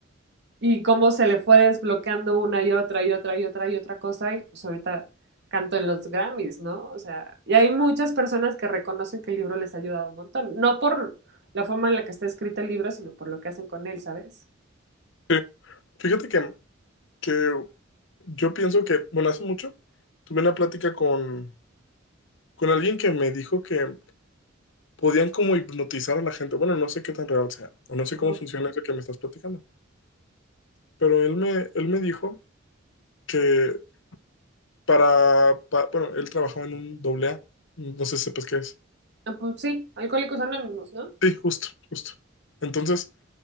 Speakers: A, on the right (about 60°); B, on the left (about 65°).
A: y cómo se le fue desbloqueando una y otra y otra y otra y otra cosa, y pues ahorita canto en los Grammys, ¿no? O sea, y hay muchas personas que reconocen que el libro les ha ayudado un montón, no por la forma en la que está escrito el libro, sino por lo que hacen con él, ¿sabes?
B: sí. Fíjate que, que yo pienso que, bueno, hace mucho tuve una plática con con alguien que me dijo que podían como hipnotizar a la gente. Bueno, no sé qué tan real sea, o no sé
A: Ujú,
B: cómo funciona eso que me estás platicando, pero él me, él me dijo que para, pa- bueno, él trabajaba en un doble A, no sé si sepas qué es.
A: Ah, Pues sí, Alcohólicos Anónimos, ¿no?
B: Sí, justo, justo. Entonces,